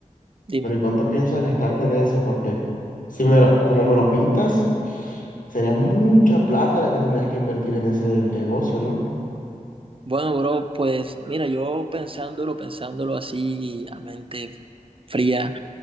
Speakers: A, on the right; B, on the left.
A: dime.
B: pero ¿y cuánto piensas gastarte en eso? Porque si me lo, como me lo pintas Sería mucha plata la que tendrías que invertir en ese negocio, ¿no?
A: Bueno, bro, pues mira, yo pensándolo, pensándolo así a mente fría,